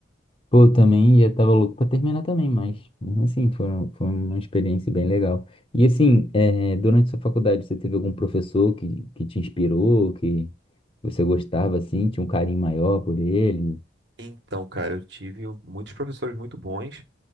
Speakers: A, on the left; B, on the right.
A: Pô, eu também já tava louco pra terminar também, mas mesmo assim foi, foi uma experiência bem legal. E assim, é, durante sua faculdade, você teve algum professor que, que te inspirou, que você gostava assim, tinha um carinho maior por ele?
B: Então, cara, eu tive muitos professores muito bons.